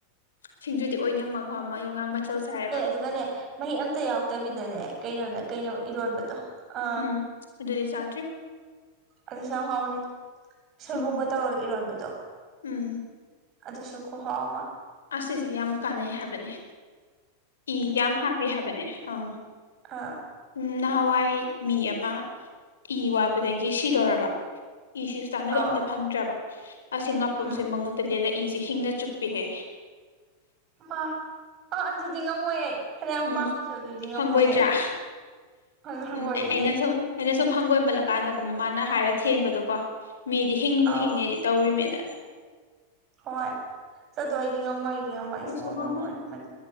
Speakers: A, on the left (about 65°); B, on the right (about 35°).
A: ꯁꯤꯡꯖꯨꯗꯤ ꯑꯣꯏꯅꯝꯃꯒ ꯑꯃ ꯌꯣꯡꯌꯥꯝ ꯃꯆꯜ ꯆꯥꯏꯌꯦꯕ
B: ꯑꯗꯨꯒꯥꯅꯦ ꯃꯍꯤ ꯑꯝꯇ ꯌꯥꯎꯗꯕꯤꯗꯅꯦ ꯀꯩꯅꯣꯅ ꯀꯩꯅꯣ ꯏꯔꯣꯟꯕꯗꯣ ꯑ
A: ꯎꯝ ꯑꯗꯨꯗꯤ ꯆꯥꯗ꯭ꯔꯤ
B: ꯑꯗꯨꯁꯨ ꯌꯥꯝ ꯍꯥꯎꯕꯅꯤ ꯁꯣꯏꯕꯨꯝꯒ
A: ꯎꯝ
B: ꯇꯧꯔꯒ ꯏꯔꯣꯟꯕꯗꯣ
A: ꯎꯝ
B: ꯑꯗꯨꯁꯨꯨ ꯈꯨꯍꯧꯃ
A: ꯑꯁꯤꯁꯦ ꯌꯥꯝ ꯀꯥꯟꯅꯩ ꯍꯥꯏꯕꯅꯦ ꯏ ꯌꯥꯝ ꯍꯥꯞꯄꯤ ꯍꯥꯏꯕꯅꯦ ꯑꯪ
B: ꯑꯥ
A: ꯎꯝ ꯅꯍꯥꯟꯋꯥꯏ ꯃꯤ ꯑꯃ ꯏꯤ ꯋꯥꯠꯄꯗꯒꯤ ꯁꯤꯗꯧꯔꯕ ꯏꯁꯤ ꯁꯨ ꯆꯥꯟꯅꯕ
B: ꯑꯥꯎ
A: ꯑꯝꯇ ꯐꯪꯗ꯭ꯔꯕ ꯑꯁꯤ ꯉꯥꯄ꯭ꯔꯨꯝꯁꯦ
B: ꯎꯝ
A: ꯃꯉꯛꯇꯅꯦꯂ ꯏꯁꯤꯦ ꯍꯤꯡꯅ ꯆꯨꯞꯄꯦ ꯍꯥꯏꯌꯦ
B: ꯃꯥ ꯑꯥ ꯑꯗꯨꯗꯤ ꯉꯝꯃꯣꯏ ꯑꯩ ꯐꯅ ꯌꯥꯝ
A: ꯎꯝ
B: ꯄꯥꯝꯃꯁꯨ ꯑꯗꯨꯗꯤ ꯉꯝꯃꯣꯏꯌꯦ
A: ꯍꯪꯒꯣꯏꯗ꯭ꯔꯥ
B: ꯐꯅ ꯍꯪꯒꯣꯏ
A: ꯎꯝ
B: ꯑꯗꯨꯗꯤ
A: ꯑꯩꯅ ꯁꯨꯝ ꯑꯩꯅ ꯁꯨꯝ ꯍꯪꯒꯣꯏꯃꯜꯂꯀꯥꯟꯗꯀꯣ ꯃꯃꯥꯅ ꯍꯥꯏꯔ ꯊꯦꯝꯕꯗꯣꯀꯣ ꯃꯤꯗꯤ ꯍꯤꯡꯕꯨ
B: ꯑꯥꯎ
A: ꯍꯤꯡꯉꯦꯗꯤ ꯇꯧꯔꯤꯃꯦꯗ
B: ꯍꯣꯏ ꯆꯠꯂꯣ ꯑꯩꯗꯤ ꯉꯝꯃꯣꯏ ꯑꯩꯗꯤ ꯉꯝꯃꯣ ꯑꯩꯁꯨ
A: ꯀꯩꯁꯨ
B: ꯉꯝꯃꯝꯃꯣꯏ
A: ꯉꯝꯃꯣꯏ
B: ꯑꯗꯨꯃꯗꯤ